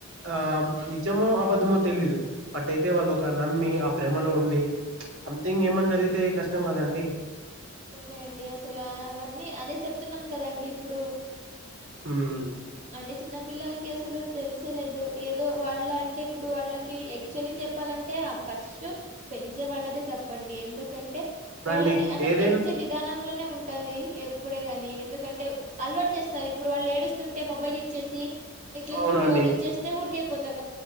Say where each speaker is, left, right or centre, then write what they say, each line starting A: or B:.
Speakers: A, on the right; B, on the right.
A: ఆ నిజమో అబద్ధమో తెలిదు బట్ అయితే వాళ్ళు ఒక నమ్మి భ్రమలో ఉండి సంథింగ్ ఏమన్నా జరిగితే కష్టం కదండీ
B: నిజమేయండి అసలు అవన్నీ అదే చెప్తున్నాం కదండి ఇప్పుడు
A: ఉమ్,
B: అంటే చిన్న పిల్లలకి అసలు తెలిసో లేదో ఏదో వాళ్ళ అంటే ఇప్పుడు వాళ్ళకి యాక్చువల్లీ చెప్పాలంటే ఫస్ట్ పెంచే వాళ్ళదే తప్పండి ఎందుకంటే వాళ్ళ
A: మి ఏర్
B: పెంచే విధానంలోనే ఉంటది ఎప్పుడే గాని ఎందుకంటే అలవాటు చేస్తారు ఇప్పుడు వాళ్ళు ఏడుస్తుంటే మొబైల్ ఇచ్చేసి ఇట్లా
A: అవునండి
B: చూడు అని ఇచ్చేస్తే ఊరికయిపోతారు.